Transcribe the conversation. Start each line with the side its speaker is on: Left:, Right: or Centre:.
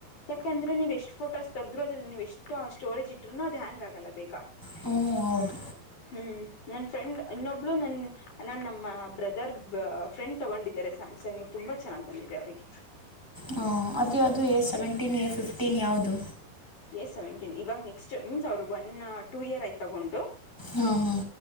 Left: ಯಾಕಂದ್ರೆ ನೀವು ಎಷ್ಟ್ ಫೋಟೋಸ್ ತಗ್ರ ನೀವು ಎಷ್ಟ ಸ್ಟೋರೇಜ್ ಇಟ್ಟ್ೂನು ಅದು ಹ್ಯಾಂಗ್ ಆಗಲ್ಲ ಬೇಗ
Centre: ಹ್ಮ ಹೌದು
Left: ಹ್ಮ್ ನನ್ ಫ್ರೆಂಡ್ ಇನ್ನೊಬ್ಳ ನನ್ ನಾನ್ ನಮ್ಮ ಬ್ರದರ್ ಫ್ರೆಂಡ್ ತಗೊಂಡಿದ್ದಾರೆ ಸ ಮ್ಯಾಮ್ಸಂಗ್ ತುಂಬಾ ಚೆನ್ನಾಗ್ ಬಂದಿದೆ ಅವರಿಗೆ
Centre: ಹ ಅದ ಯ ಅದು ಎ ಸೆವೆಂಟೀನ್ ಎ ಫಿಫ್ಟೀನ್ ಯಾವ್ದದು
Left: ಎಸ್ ಸೆವೆಂಟೀನ್ ಇವಾಗ ನೆಕ್ಸ್ಟ್ ಮೀನ್ಸ್ ಅವರು ಒನ್ ಟು ಇಯರ್ ಆಯ್ತ ತಗೊಂಡು
Centre: ಹಾಂ